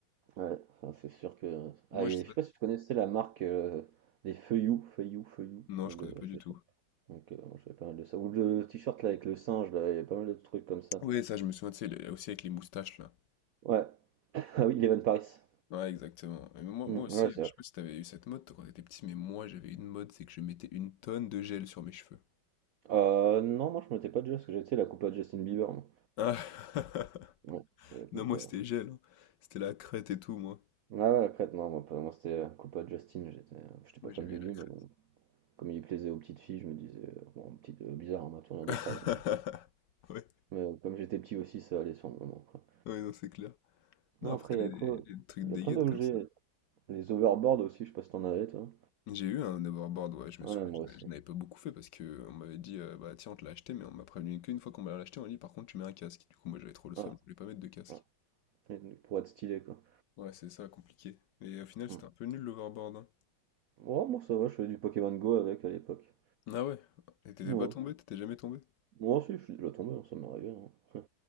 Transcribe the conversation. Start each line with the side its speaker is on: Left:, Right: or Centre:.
Right: ouais, enfin, c'est sûr que...
Left: Moi
Right: Ah, et
Left: je sais
Right: je
Left: pas.
Right: sais pas si tu connaissais la marque euh, des feuillous, feuillous, feuillous,
Left: Non,
Right: donc
Left: je connais
Right: de
Left: pas
Right: chaussures.
Left: du tout.
Right: Donc euh, moi, j'avais pas mal de ça. Ou le t-shirt là avec le singe, là, il y a pas mal de trucs comme ça.
Left: Oui, ça je me souviens, tu sais, les- aussi avec les moustaches là.
Right: Ouais, <laughs> ah oui, Eleven Paris.
Left: Ouais, exactement. Mais moi,
Right: Mm,
Left: moi aussi,
Right: ouais, c'est
Left: je
Right: vrai.
Left: sais pas si t'avais eu cette mode toi, quand t'étais petit, mais moi j'avais une mode, c'est que je mettais une tonne de gel sur mes cheveux.
Right: Euh, non, moi je m'en étais pas déjà, parce que j'étais la coupe à Justin Bieber, moi.
Left: Ah. <laughs>
Right: Ouais, j'ai la coupe...
Left: Non, moi
Right: euh,
Left: c'était gel, hein. C'était la crête et tout, moi.
Right: Ouais, ouais, après, non, moi, pas- moi, c'était euh, Coupa Justin, j'étais euh, j'étais pas
Left: Moi
Right: fan
Left: j'avais
Right: de
Left: la
Right: lui,
Left: crête.
Right: mais bon, comme il plaisait aux petites filles, je me disais, euh, bon, petite, euh, bizarre hein, ma tournure
Left: <laughs>
Right: de phrase, mais,
Left: Ouais,
Right: mais, euh, comme j'étais petit aussi, ça allait sur le moment, quoi.
Left: ouais, non, c'est clair. Non,
Right: Non,
Left: après,
Right: après, il
Left: les,
Right: y a
Left: les
Right: quoi?
Left: trucs
Right: Il
Left: dégaines
Right: y a plein d'objets,
Left: comme ça.
Right: les overboards aussi, je sais pas si t'en avais, toi.
Left: J'ai eu un hoverboard, ouais, je me
Right: Ouais,
Left: souviens,
Right: moi
Left: j'en
Right: aussi.
Left: avais j'en avais pas beaucoup fait parce que euh, on m'avait dit, euh, bah tiens, on te l'a acheté, mais on m'a prévenu qu'une fois qu'on m'a l'acheté, on m'a dit, par contre, tu mets un casque. Du coup, moi, j'avais trop le
Right: Ah,
Left: seum, je voulais pas mettre de casque.
Right: ouais. Et Pour être stylé, quoi.
Left: Ouais, c'est ça, compliqué. Et au final,
Right: Hmm.
Left: c'était un peu nul l'overboard, hein.
Right: Ouais, moi, ça va, je faisais du Pokémon Go avec à l'époque.
Left: Ah ouais? Et t'étais
Right: Ouais.
Left: pas tombé? T'étais jamais tombé?
Right: Moi aussi, je suis déjà tombé, hein, ça m'est arrivé. hein.